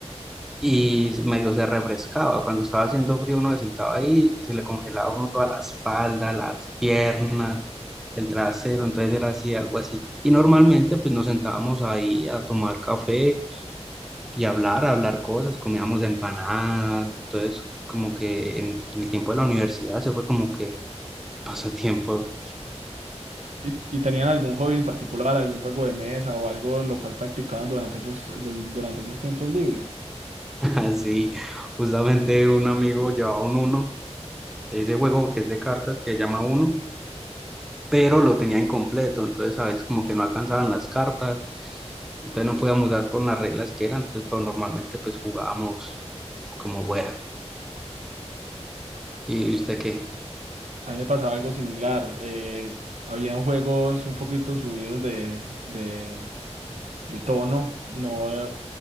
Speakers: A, in the centre; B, on the right.
A: y medio se refrescaba. Cuando estaba haciendo frío, uno se sentaba ahí y se le congelaba a uno toda la espalda, las piernas, el trasero. Entonces era así, algo así. Y normalmente, pues nos sentábamos ahí a tomar café y hablar, hablar cosas, comíamos empanadas, entonces como que en, en el tiempo de la universidad se fue como que pasatiempo,
B: ¿Y, y tenían algún hobby en particular, algún juego de mesa o algo lo cual practicaban durante esos, dun- durante esos tiempos libres?
A: <laughs> así, justamente un amigo llevaba un uno, ese juego que es de cartas que se llama uno, pero lo tenía incompleto, entonces a veces como que no alcanzaban las cartas, entonces no podíamos dar con las reglas que eran, entonces pues normalmente pues jugábamos como fuera. ¿Y usted qué?
B: A mí me pasaba algo similar. eh, habían juegos un poquito subidos de, de, de tono, no, eh,